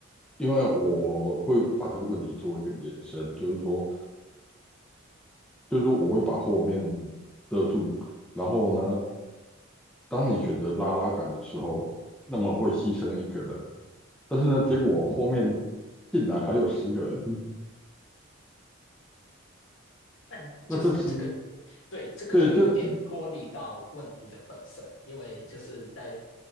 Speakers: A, in the centre; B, on the left (about 70°).
A: 因为我会把这个问题做一个延伸，就是说。就是说我会把后面遮住，然后呢，当你选择拉拉杆的时候，那么会牺牲一个人，但是呢，结果后面进来还有十个人，<laughs>
B: 但就是这个，
A: 那这是
B: 对，这个就有点脱离到问题的本身，
A: 对这，
B: 因为就是在